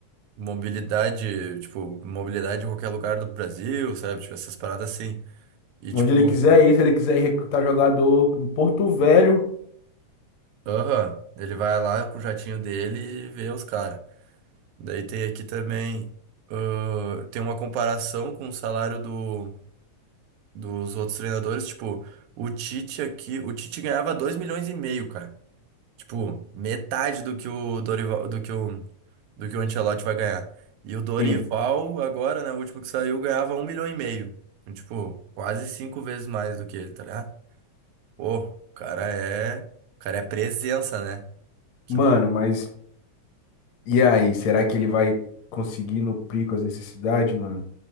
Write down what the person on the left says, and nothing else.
Onde
ele quiser ir, se ele quiser ir recrutar jogador em Porto Velho.
Sim.
Mano,
mas e aí? Será que ele vai conseguir nuprir com as necessidades, mano?